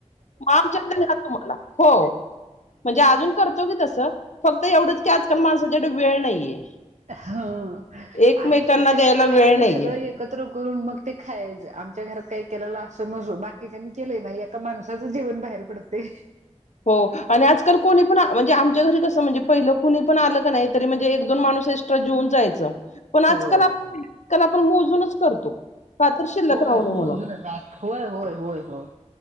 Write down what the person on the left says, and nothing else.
मग आमच्यात घात तुमला हो म्हणजे अजून करतो की तसं फक्त एवढंच की आजकाल माणसा कड वेळ नाहीये
एकमेकांना
द्यायला
वेळ नाहीये.
हो आणि आजकाल कोणी पण म्हणजे आमच्या घरी कसं म्हणजे पहिलं कुणी पण आलं का नाही तरी म्हणजे एक दोन माणूस एक्स्ट्रा जेऊन जायचं पण आजकाल
आप तर आपण मोजूनच करतो का तर शिल्लक
राहू नये
म्हणून